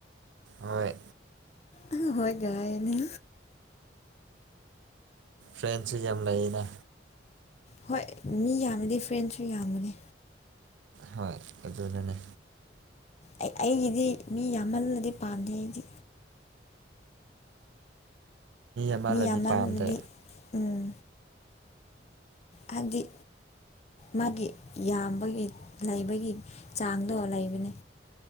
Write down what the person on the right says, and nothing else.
ꯍꯣꯏ
ꯐ꯭ꯔꯦꯟꯁꯨ ꯌꯥꯝ ꯂꯩꯌꯦꯅ
ꯍꯣꯏ ꯑꯗꯨꯅꯅꯦ
ꯑꯃꯅꯗꯤ
ꯄꯥꯝꯗꯦ